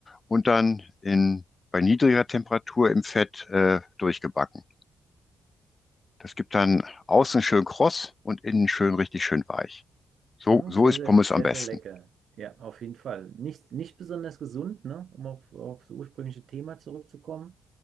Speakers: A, on the left; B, on the right.
A: und dann in, bei niedriger Temperatur im Fett äh, durchgebacken. Das gibt dann außen schön kross und innen schön richtig schön weich. So,
B: Hm,
A: so
B: sehr,
A: ist
B: sehr,
A: Pommes
B: sehr,
A: am besten.
B: sehr lecker. Ja, auf jeden Fall. Nicht, nicht besonders gesund, ne? Um auf, auf das ursprüngliche Thema zurückzukommen.